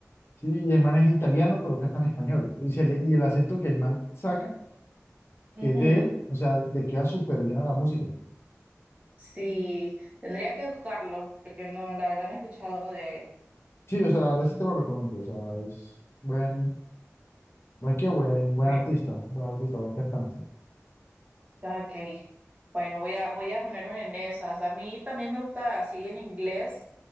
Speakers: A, on the left; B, on the right.
A: ¿sí? Y el man es italiano, pero canta en español. Y, se le- y el acento que el man saca, que
B: Ujú,
A: es de él, o sea, le queda súper bien a la música.
B: Sí, tendría que buscarlo, porque no, la verdad no he escuchado de él.
A: Sí, o sea, la verdad sí te lo recomiendo, o sea, es buen, buen qué, buen, buen
B: Bueno,
A: artista, buen artista, buen cantante.
B: está ok. Bueno, voy a, voy a ponerme en esas. A mí también me gusta, así en inglés,